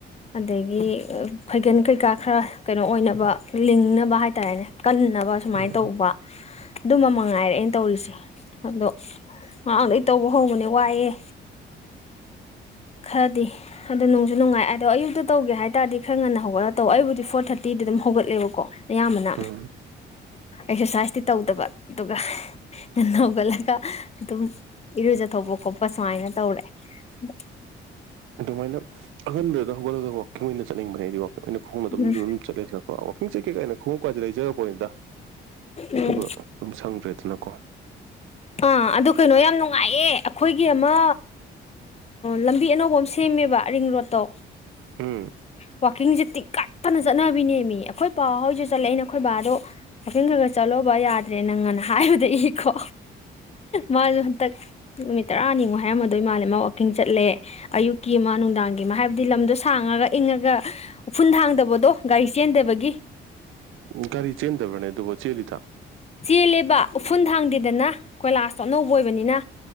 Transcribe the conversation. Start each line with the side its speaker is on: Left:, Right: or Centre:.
Left: ꯑꯗꯒꯤ ꯐꯩꯒꯟ ꯀꯩ ꯀꯥ ꯈꯔ ꯀꯩꯅꯣ ꯑꯣꯏꯅꯕ ꯂꯤꯡꯅꯕ ꯍꯥꯏꯇꯥꯔꯦꯅꯦ ꯀꯟꯅꯕ ꯁꯨꯃꯥꯏꯅ
Right: ꯎꯝ
Left: ꯇꯧꯕ ꯗꯨꯝꯕꯥ ꯃꯉꯥꯏꯔꯦ ꯑꯩꯅ ꯇꯧꯔꯤꯁꯦ ꯑꯗꯣ ꯉꯔꯥꯡꯗꯩ ꯇꯧꯕ ꯍꯧꯕꯅꯦ ꯋꯥꯏꯋ‌ꯦ ꯈꯔꯗꯤ ꯑꯗꯣ ꯅꯨꯡꯖꯨ ꯅꯨꯡꯉꯥꯏ ꯑꯗꯣ ꯑꯌꯨꯛꯇ ꯇꯧꯒꯦ ꯍꯥꯏꯇꯥꯥꯔꯗꯤ ꯈꯔ ꯉꯟꯅ ꯍꯧꯒꯠꯂ ꯇꯧ ꯑꯩꯕꯨꯗꯤ ꯐꯣꯔ ꯊꯥꯔꯇꯤꯗ ꯑꯗꯨꯝ ꯍꯧꯒꯠꯂꯦꯕꯀꯣ ꯑꯌꯥꯝꯕꯅ
Right: ꯎꯝ
Left: ꯑꯦꯛꯁꯔꯁꯥꯏꯁꯇꯤ ꯇꯧꯗꯕ ꯑꯗꯨꯒ ꯍꯒꯠꯂꯒ ꯑꯗꯨꯝ ꯏꯔꯨꯖꯊꯣꯛꯄ ꯈꯣꯠꯄ ꯁꯨꯃꯥꯏꯅ ꯇꯧꯔꯦ ꯎꯝ
Right: ꯑꯗꯨꯃꯥꯏꯅ ꯑꯍꯟꯕꯗꯨꯗ ꯍꯧꯒꯠꯂꯒ ꯋꯥꯋꯀꯤꯡ ꯑꯣꯏꯅ ꯆꯠꯅꯤꯡꯕꯅꯦꯗꯤꯕꯣ ꯑꯩꯈꯣꯏ ꯈꯣꯡꯅ ꯑꯗꯨꯝ
Left: ꯎꯝ
Right: ꯑꯗꯨꯝ ꯆꯠꯂꯦꯁꯤ ꯋꯥꯈꯤꯡ ꯆꯩ ꯀꯩꯀꯥꯏꯅ ꯈꯣꯡꯎ ꯀꯥꯏꯏꯗ ꯂꯩꯖꯔꯛꯄꯣꯅꯤꯗ
Left: ꯎꯝ
Right: ꯑꯗꯨꯒ ꯑꯗꯨꯝ ꯁꯪꯗ꯭ꯔꯦꯗꯅꯀꯣ
Left: ꯑꯥ ꯑꯗꯨ ꯀꯩꯅꯣ ꯌꯥꯝ ꯅꯨꯡꯉꯥꯏꯌꯦꯦ ꯑꯩꯈꯣꯏꯒꯤ ꯑꯃ ꯂꯝꯕꯤ ꯑꯅꯧꯕ ꯑꯃ ꯁꯦꯝꯃꯦꯕ ꯔꯤꯡ ꯔꯣꯗꯠꯇꯣ
Right: ꯎꯝ
Left: ꯋꯥꯋꯥꯛꯀꯤꯡꯁꯦ ꯇꯤꯛꯀꯠꯇꯅ ꯆꯠꯅꯕꯤꯅꯦ ꯃꯤ ꯑꯩꯈꯣꯏ ꯄꯥꯎꯍꯣꯏꯁꯨ ꯆꯠꯂꯛꯏ ꯅ ꯑꯩꯈꯣꯏ ꯕꯥꯗꯣ ꯋꯥꯈꯡ ꯈ ꯈꯔ ꯆꯠꯂꯣ ꯕ ꯌꯥꯗ꯭ꯔꯦ ꯅꯪ ꯉꯅ ꯍꯥꯏꯕꯗ ꯏꯀꯣ ꯃꯥꯁꯨ ꯍꯟꯇꯛ ꯅꯨꯃꯤꯠ ꯇꯔꯥꯅꯤꯃꯨꯛ ꯍꯥꯏꯔꯝꯃꯗꯣꯏ ꯏ ꯃꯥꯜꯂꯦ ꯃꯥ ꯋꯥꯋꯀꯤꯡ ꯆꯠꯂꯦ ꯑꯌꯨꯛꯀꯤ ꯑꯃ ꯅꯨꯡꯗꯥꯡꯒꯤ ꯀꯃꯣ ꯍꯥꯏꯕꯗꯤ ꯂꯝꯗꯣ ꯁꯥꯡꯉꯒ ꯏꯪꯉꯒ ꯎꯐꯨꯟ ꯊꯥꯡꯗꯕꯗꯣ ꯒꯥꯔꯤ ꯆꯦꯟꯗꯕꯒꯤ
Right: ꯎꯝ ꯒꯥꯔꯤ ꯆꯦꯟꯗꯕꯅꯦ ꯑꯗꯨꯕꯨ ꯆꯦꯜꯂꯤꯗ
Left: ꯆꯦꯜꯂꯦꯕ ꯎꯐꯨꯟ ꯊꯥꯡꯗꯦꯗꯅ ꯀꯣꯏꯂꯥꯁꯇꯣ ꯑꯅꯧꯕ ꯑꯣꯏꯕꯅꯤꯅ